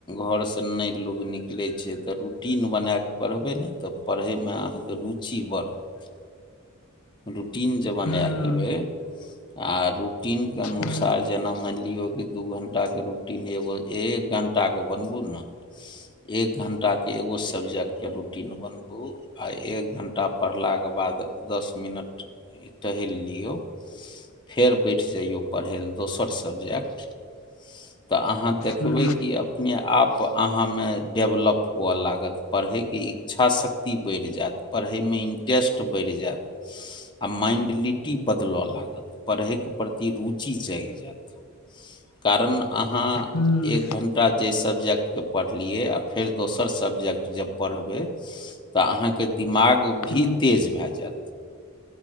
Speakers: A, on the left; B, on the left.
A: घरसँ नहि लोग निकलैय छैय त रूटीन बना क पढ़बैय न त पढ़ैयमे अहाँके रूचि बढ़त। रूटीन जे बना
B: हूं
A: लेबए। आ रूटीनके अनुसार
B: हूं
A: जेना मानि लियौ कि दु घण्टाके रूटीन एगो एक घण्टाके बनाबू न। एक घण्टाके एगो सब्जेक्टके रूटीन बनाबू आ एक घण्टा पढ़ला के बाद दस मिनट टहलि लियौ। फेर बैठइ जैयौ पढ़ैय ले दोसर सबजेक्ट त अहाँ देखबै
B: हूं
A: की अपने आप अहाँमे डेवलप हुअए लागत पढ़ैयके इच्छाशक्ति बढ़ि जाएत, पढ़ैयमे इनटेस्ट बढ़ि जाएत आ माइन्डलिटी बदल लागत, पढ़ैयके प्रति रुचि जागि जाएत, कारण अहाँ
B: हूं
A: एक घण्टा जाहि सबजेक्टके पढ़लियै आ फेर दोसर सबजेक्ट जब पढ़बैय त अहाँ के दिमाग भी
B: हूं
A: तेज भए जायत।